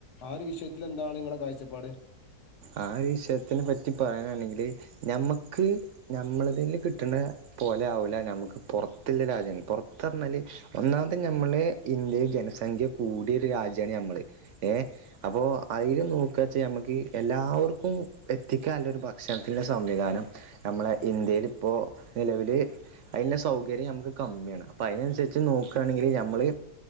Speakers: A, on the left (about 75°); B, on the right (about 70°).
A: ആ ഒരു വിഷയത്തില് എന്താണ് നി ങ്ങടെ കാഴ്ചപ്പാട്
B: ആ ഒരു വിഷയത്തിനെ പറ്റി പറയാനാണെങ്കില് ഞമ്മക്ക് നമ്മളതില് കിട്ടണ പോലെ ആവുലെ നമുക്കും പുറത്തുള്ള രാജ്യങ്ങൾ പുറത്തന്ന് പറഞ്ഞാല് ഒന്നാമത് നമ്മളെ ഇന്ത്യയിൽ ജനസംഖ്യ കൂടിയൊരു രാജ്യമാണ് ഞമ്മള് ഏഹ് അപ്പോ അതില് നോക്കുവെച്ചാ ഞമ്മക്ക് എല്ലാവർക്കും എത്തിക്കാല്ലെ ഒരു ഭക്ഷണത്തിന്റെ സംവിധാനം നമ്മളെ ഇന്ത്യയിൽ ഇപ്പോ നിലവില് അയിലെ സൗകര്യം നമുക്ക് കമ്മിയാണ് അപ്പോൾ അതിനനുസരിച്ച് നോക്കുകയാണെങ്കില് നമ്മള്